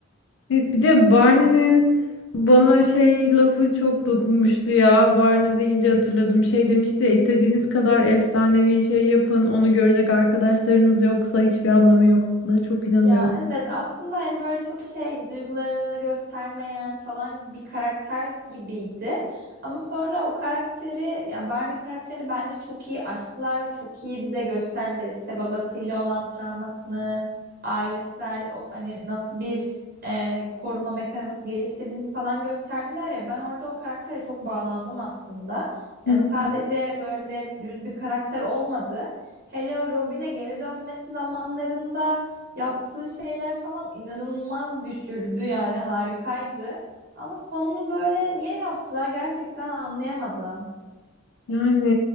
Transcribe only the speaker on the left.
Evet, bir de Barney'nin bana şey lafı çok dokunmuştu ya. Barney deyince hatırladım. Şey demişti ya, istediğiniz kadar efsanevi şey yapın. Onu görecek arkadaşlarınız yoksa hiçbir anlamı yok. Buna çok inanıyorum.
Hı
hı.
Yani